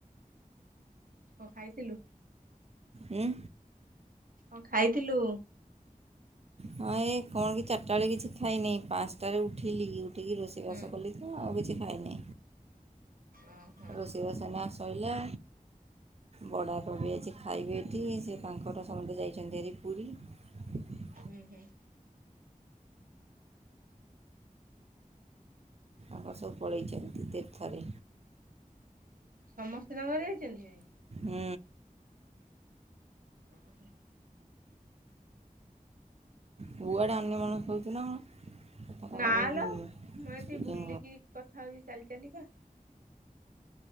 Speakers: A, on the right; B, on the right.
A: କ ଖାଇଥିଲୁ?
B: ଉଁ?
A: କ ଖାଇଥିଲୁ?
B: ହଁ ଏ କଣ କି ଚାରିଟା ବେଳେ କିଛି ଖାଇନି ପାଞ୍ଚଟାରେ ଉଠିଲି ଉଠିକି ରୋଷେଇବାସ
A: ହୁଁ
B: କଲି। ଆଉ କିଛି ଖାଇନି
A: ଓହୋ
B: ରୋଷେଇବାସ ଏଇନା ଶଇଲା। ବଡ଼ ବାପା ଅଛି ଖାଇବେ ଏଠି ସେ ତାଙ୍କର ସମସ୍ତେ ଯାଇଛନ୍ତି ହେରି ପୁରୀ। ହ
A: ହୁଁ ହୁଁ।
B: ଆମର ସବୁ ପଳେଇଛନ୍ତି ତୀର୍ଥରେ।
A: ସମସ୍ତେ ତାଙ୍କର ଯାଇଛନ୍ତି ହେରି।
B: ହୁଁ।
A: ଓହୋ ହୋ।
B: କୁଆଡ଼େ ଅନ୍ୟ ମନସ୍କ ହେଉଛୁ ନା କଣ? କଥାଟା
A: ନା
B: ବେଳେ
A: ଲୋ ମୁଁ ଏଠି
B: ସ୍ପିକିଂ
A: ବୁଲିକି କଥା ହଉଛି ଚାଲି ଚାଲିକ।